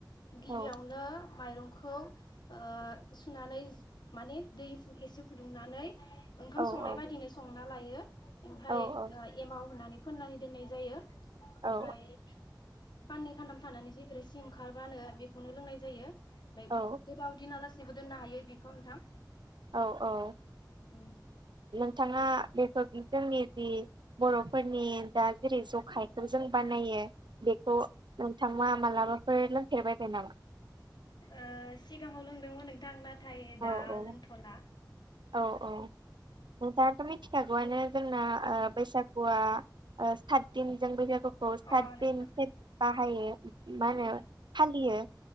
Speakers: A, on the left; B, on the right.
A: गिबियावनो
B: औ
A: माइरंखौ ओ सुनानैज माने दै एसे फुदुंनानै ओंखाम
B: औ
A: संनाय
B: औ
A: बादिनो संना लायो ओमफाय
B: औ औ
A: एमाव होनानै फोननानै दोननाय जायो ओमफाय
B: औ
A: खाननै खानथाम थानानै जि रोसि ओंखारबानो बेखौनो लोंनाय जायो। बाय
B: औ
A: गोबाव दिनालासेबो दोननो हायो बिखौ नोंथां।
B: औ औ।
A: उम।
B: नोंथाङा बेफोरदि जोंनि जि बर'फोरनि दा जेरै जखायखौ जों बानाय यो बेखौ नोंथांआ मालाबाफोर लोंफेरबायबाय नामा?
A: ओ सिगाङाव लोंदोंमोन नोंथां नाथाय दा
B: औ औ
A: लोंथ'ला।
B: औ औ नोंथाङाथ' मिथिखागौआनो जोंना ओ बैसाग गुआ ओ सातदिनजों बैसागुखौ सातदिन
A: अ नोंथां
B: <unintelligible> बाहायो। मा होनो
A: उम
B: फालियो